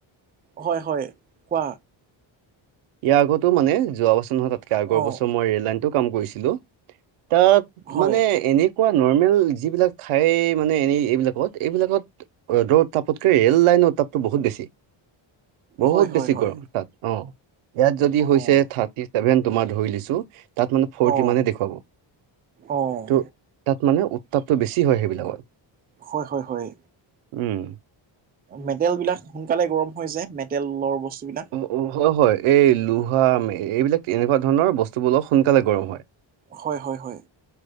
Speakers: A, on the right (about 20°); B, on the right (about 85°).
A: হয় হয় কোৱা।
B: ইয়াৰ আগতো মানে যোৱা বছৰ নহয় তাতকে আগৰ
A: অ',
B: বছৰ মই ৰেলাইনতটো কাম কৰিছিলো। তাত
A: হয়,
B: মানে এনেকুৱা নৰ্মেল যিবিলাক ঠাই মানে এনেই এইবিলাকত এইবিলাকত ৰ'দদ তাপতকে ৰেল লাইনৰ তাপটো বহুত বেছি বহুত
A: হয়, হয়,
B: বেছি
A: হয়,
B: গৰম তাত অ' ইয়াত যদি
A: অ',
B: হৈছে থাৰ্টি চছেভেন তোমাৰ ধৰি লছো তাত মানে ফৰটি
A: অ',
B: মানে দেখুৱাব।
A: অ'।
B: ত' তাত মানে উত্তাপটো বেছি হয় সেইবিলাকত।
A: হয়, হয়, হয়।
B: উম,।
A: মেটেলবিলাক সোনকালে গৰম হৈ যায় মেটেলৰ বস্তুবিলাক।
B: অ', অ', হয়, হয় এই লোহা এইবিলাক এনেকুৱা ধৰণৰ বস্তুবোৰ অ সোনকালে গৰম হয়।
A: হয়, হয়, হয়।